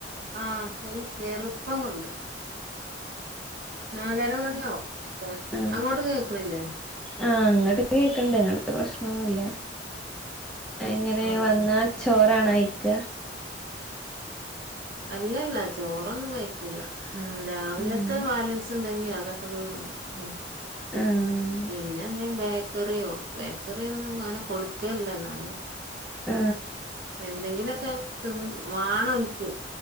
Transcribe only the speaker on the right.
ആഹഒരു കയറുപ്പം കൊണ്ട നാലര മണിയാവും എത്താൻ
അങ്ങോട്ട് കേക്കണില്ലേ
ആഹ്
അല്ലല്ല ചോറൊന്നും കഴിക്കൂല രാവിലത്തെ
ബാലൻസ് ഉണ്ടെങ്കി അ അതൊക്കെന്ന ഉ
പിന്നെ എന്താ ബേക്കറിയോ ബേക്കറൊന്നും അങ്ങനെ കൊടുക്കല്ല എന്നാലും
എന്തെങ്കിലുമൊക്കെ വാണക്ക്